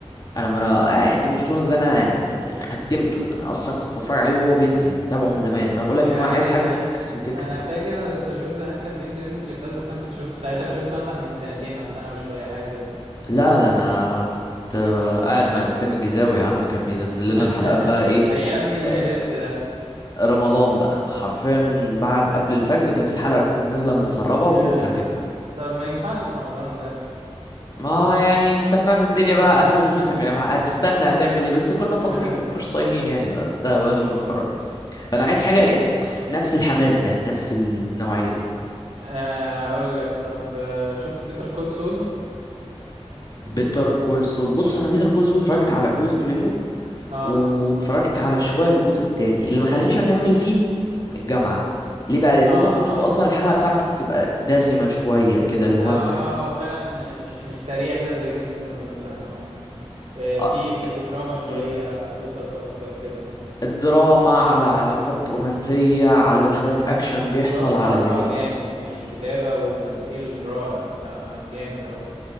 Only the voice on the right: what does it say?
يا
ده
زمان
انا فاكر انا كنت بشوف زمان كان بينزل منه كليبات بس انا كنت شفته ساعتها انا شفته مثلا من سنتين او سنه وشويه حاجه كده
<laughs>
ايام ايجي
بيست ده
يا
طب ما ينفعش في رمضان ده
<laughs>
آه،
آه، اقول لك طب آه، شفت بيتر كول سول
اه
اه
اه
هقول-
اه آه، هو فعلا مش مش سريع كده زي جيم اوف ثرونز مثلا اه آه،
في زي دراما شويه
قصص اكتر كده اه
بس
هو الصراحة
جامد يعني كتابة وتمثيل رائع لا آه، جامد أوي